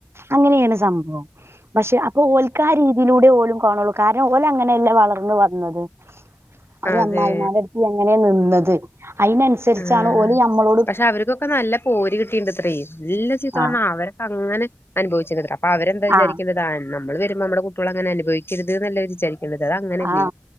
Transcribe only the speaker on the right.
അങ്ങനെയാണ് സംഭവം പക്ഷെ അപ്പൊ ഓൽക്ക് ആ രീതിയിലൂടെ ഓലും കാണുള്ളൂ കാരണം ഓല് അങ്ങനെല്ല വളർന്ന വന്നത് ഒരു
അമ്മായിമാരു അടുത്ത് എങ്ങനെ നിന്നത് അനുസരിചാണ്
ഓല് നമ്മള
ആ
ആ
ആ